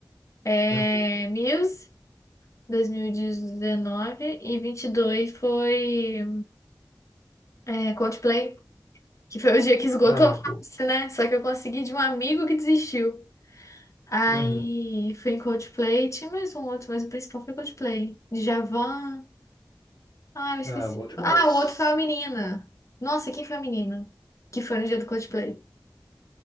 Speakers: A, on the left; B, on the left.
A: é,
B: Uhum.
A: Muse, dois mil e e e 22 foi é, Coldplay. Que foi o dia que esgotou
B: Ah,
A: fácil,
B: pô.
A: né? Só que eu consegui de um amigo que desistiu. Aí
B: Uhum.
A: fui em Coldplay, tinha mais um outro, mas o principal foi Coldplay. Djavan. Ah, eu esqueci.
B: Ah, bom demais.
A: Ah, o outro foi a menina. Nossa, quem foi a menina? Que foi no dia do Coldplay.